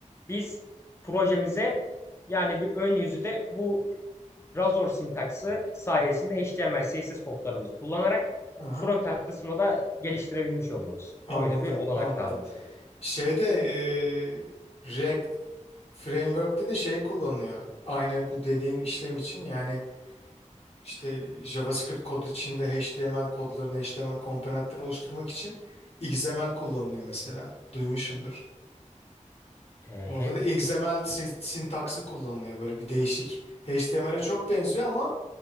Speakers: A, on the left (about 20°); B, on the left (about 50°).
A: biz projemize yani bir ön yüzü de bu Razor sintaksı sayesinde HTML, CSS kodlarımızı kullanarak
B: Aha,
A: frontend kısmını da geliştirebilmiş oluyoruz.
B: anladım,
A: Öyle bir olanak
B: anladım.
A: sağlamış oluyor.
B: Şeyde eee React Framework'te de şey kullanıyor. Aynı bu dediğin işlem için yani işte JavaScript kodu içinde HTML kodlarını, HTML komponentleri oluşturmak için XML kullanılıyor mesela. Duymuşsundur.
A: Ee,
B: Orada
A: hem
B: da XML sin- sintaksı kullanılıyor böyle bir değişik. HTML'e çok benziyor ama